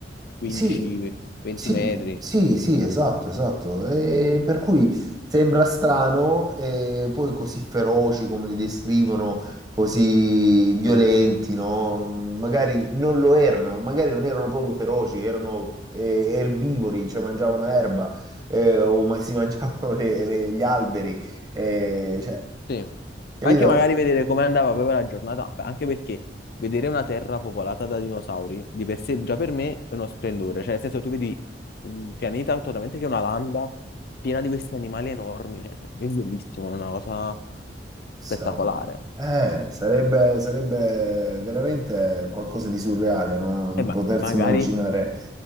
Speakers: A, on the left (about 55°); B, on the right (about 20°).
A: 15-20
B: Sì, sì,
A: metri.
B: sì, sì, esatto, esatto. E per cui sembra strano, e poi così feroci come li descrivono, così violenti, no? Magari non lo erano, magari non erano proprio feroci, erano eh, erbivori, cioè mangiavano erba, eh, o ma- si <laughs> mangiavano le- le- gli alberi, eh, cioè,
A: Sì.
B: capito?
A: Anche magari vedere come andava proprio la giornata, anche perché vedere una terra popolata da dinosauri di per sé già per me è uno splendore. Cioè, nel senso, tu vedi un pianeta totalmente che è una landa piena di questi animali enormi. Cioè, è bellissimo, è una cosa
B: Secondo-
A: spettacolare.
B: Eh, sarebbe, sarebbe veramente qualcosa di surreale, no?
A: E ma
B: Potersi
A: magari.
B: immaginare